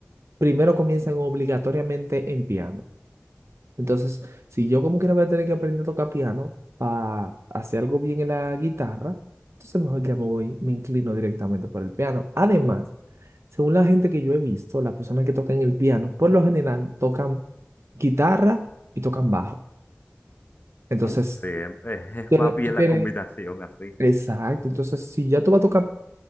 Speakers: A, on the right (about 75°); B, on the left (about 45°).
A: primero comienzan obligatoriamente en piano. Entonces, si yo como quiera voy a tener que aprender a tocar piano para hacer algo bien en la guitarra, entonces mejor ya me voy, me inclino directamente por el piano. Además, según la gente que yo he visto, las personas que tocan el piano, por lo general tocan guitarra y tocan bajo. Entonces,
B: Mm, Sí, em- <laughs>
A: tiene-
B: va bien
A: tú
B: la
A: tienes,
B: combinación así.
A: exacto, entonces si ya tú vas a tocar,